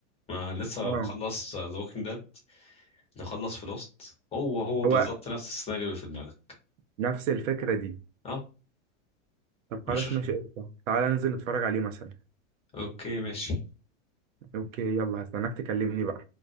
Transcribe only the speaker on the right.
آه
هو
نفس الفكرة دي
طب
خلاص ماشي قشطة تعالى ننزل نتفرج عليه مثلا
أوكي يلا هستناك تكلمني بقى